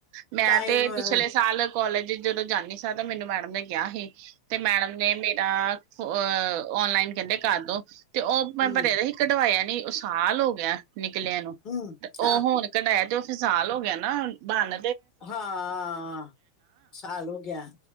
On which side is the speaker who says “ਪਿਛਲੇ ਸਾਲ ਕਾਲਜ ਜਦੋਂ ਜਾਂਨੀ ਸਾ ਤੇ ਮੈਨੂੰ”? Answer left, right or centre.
Right